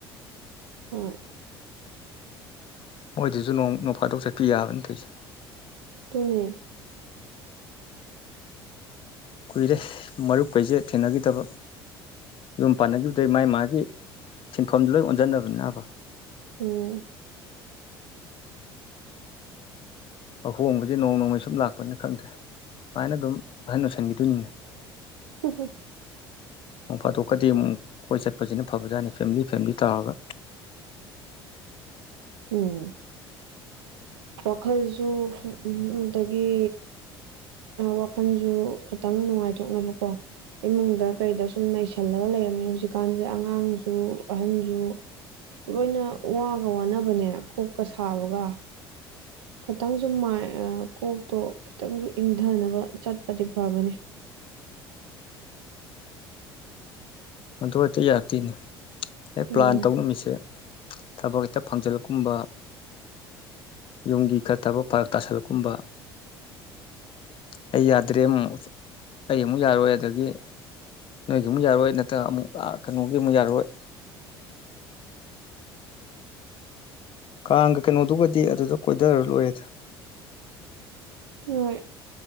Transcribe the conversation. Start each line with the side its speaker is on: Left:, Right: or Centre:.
Right: ꯍꯣꯏ
Left: ꯃꯣꯏꯗꯁꯨ ꯅꯣꯡ ꯅꯣꯡꯐꯥꯗꯣꯛ ꯆꯠꯄꯤ ꯌꯥꯕꯅ ꯇꯧꯁꯦ
Right: ꯑꯗꯨꯅꯦ
Left: ꯀꯨꯏꯔꯦ ꯃꯔꯨꯞ ꯀꯩꯁꯦ ꯊꯦꯡꯅꯈꯤꯗꯕ ꯌꯨꯝ ꯄꯥꯟꯅꯈꯤꯕꯗꯩ ꯃꯥꯏ ꯃꯥꯒꯤ ꯁꯤꯟꯐꯝꯗꯨ ꯂꯣꯏ ꯑꯣꯟꯁꯤꯟꯅꯕꯅꯤꯅꯕ
Right: ꯎꯝ
Left: ꯑꯍꯣꯡꯕꯁꯦ ꯅꯣꯡ ꯅꯣꯡꯃꯒꯤ ꯁꯨꯝ ꯂꯥꯛꯄꯅꯤ ꯈꯪꯗ‌ꯦ ꯁꯨꯃꯥꯏꯅ ꯑꯗꯨꯝ ꯑꯍꯟ ꯑꯣꯏꯁꯤꯟꯈꯤꯗꯣꯏꯅꯤꯅꯦ
Right: ꯎꯍꯣ <unintelligible>
Left: ꯅꯣꯡ ꯐꯥꯗꯣꯛꯀꯗꯤ ꯑꯃꯨꯛ ꯀꯣꯏ ꯆꯠꯄꯁꯤꯅ ꯐꯕꯖꯥꯠꯅꯤ ꯐꯦꯃꯤꯂꯤ ꯐꯦꯃꯤꯂꯤ ꯇꯥꯔꯒ
Right: ꯎꯝ ꯋꯥꯈꯜꯁꯨ <unintelligible> ꯇꯒꯤ ꯋꯥꯈꯜꯁꯨ ꯈꯇꯪ ꯅꯨꯡꯉꯥꯏꯊꯣꯛꯅꯕꯀꯣ ꯏꯃꯨꯡꯗ ꯀꯩꯗꯁꯨ ꯁꯨꯝ ꯅꯩꯁꯜꯂꯒ ꯂꯩꯔꯝꯃꯦ ꯍꯧꯖꯤꯛꯀꯥꯟꯁꯦ ꯑꯉꯥꯡꯁꯨ ꯑꯍꯟꯁꯨ ꯂꯣꯏꯅ ꯋꯥꯒ ꯋꯥꯅꯕꯅꯦ ꯀꯣꯛꯀ ꯁꯥꯕꯒ ꯈꯇꯪꯁꯨ ꯃꯥꯏ ꯑ ꯀꯣꯛꯇꯣ ꯈꯤꯇꯪꯁꯨ ꯏꯪꯙꯅꯕ ꯆꯠꯄꯗꯤ ꯐꯕꯅꯦ
Left: ꯑꯗꯨ ꯍꯦꯛꯇ ꯌꯥꯔꯛꯇꯦꯅꯦ ꯍꯦꯛ
Right: ꯎꯝ
Left: ꯄ꯭ꯂꯥꯟ ꯇꯧꯅꯨꯃꯤꯁꯦ ꯊꯕꯛ ꯍꯦꯛꯇ ꯐꯪꯖꯜꯂꯛꯀꯨꯝꯕꯊꯡ ꯌꯨꯝꯒꯤ ꯈꯔꯔ ꯊꯕꯛ ꯐꯥꯔꯛ ꯇꯥꯁꯜꯂꯛꯀꯨꯝꯕ ꯑꯩ ꯌꯥꯗ꯭ꯔꯦ ꯑꯃꯨꯛ ꯑꯩ ꯑꯃꯨꯛ ꯌꯥꯔꯣꯏ ꯑꯗꯒꯤ ꯅꯣꯏꯒꯤꯃꯨꯛ ꯌꯥꯔꯣꯏ ꯅꯠꯇ ꯑꯃꯨꯛ ꯑ ꯀꯅꯣꯒꯤ ꯑꯃꯨꯛ ꯌꯥꯔꯑꯣꯏ ꯀꯥꯡꯒ ꯀꯩꯅꯣꯗꯨꯒꯗꯤ ꯑꯗꯨꯗ ꯀꯣꯏꯗꯔ ꯂꯣꯏꯔꯦꯗ
Right: ꯍꯣꯏ